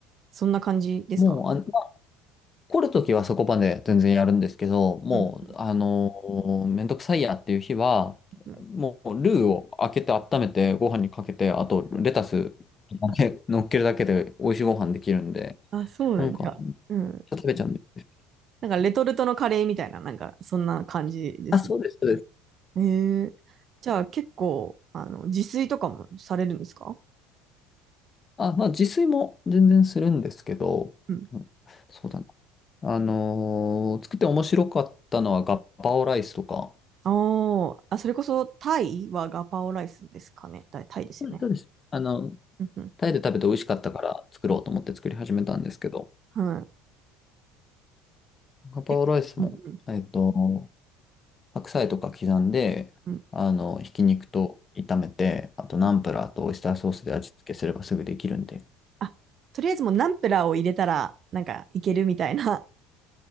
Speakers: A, on the right; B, on the left.
A: そんな感じですか
B: もう、あ、来るときはそこまで全然やるんですけど、もう、
A: うんうん
B: あのーめんどくさいやっていう日は、
A: うん
B: もうルーを開けて温めてご飯にかけて、あとレタスだけ乗っけるだけで美味しいご飯できるんで、
A: あ、そうだよね。
B: なんか、
A: なんかうん。
B: 食べちゃうんで。
A: なんかレトルトのカレーみたいな、なんかそんな感じですね
B: あ、そうです、そうです。
A: へえーじゃあ結構、あの、自炊とかもされるんですか
B: あ、まあ自炊も全然するんですけど、
A: うん
B: うんそうだな。あのー作って面白かったのはガッパオライスとか、
A: おー、あ、それこそタイはガパオライスですかね。タイ、タイですよね。
B: そうです、そうです。あの、
A: うんうん。
B: タイで食べて美味しかったから作ろうと思って作り始めたんですけど、
A: は
B: ガパオライスも、
A: い。でうんうん
B: えっと、白菜とか刻んで、
A: うん
B: あの、ひき肉と炒めて、あとナンプラーとオイスターソースで味付けすればすぐできるんで。
A: うん。あ、とりあえずもうナンプラーを入れたら、なんかいけるみたいな。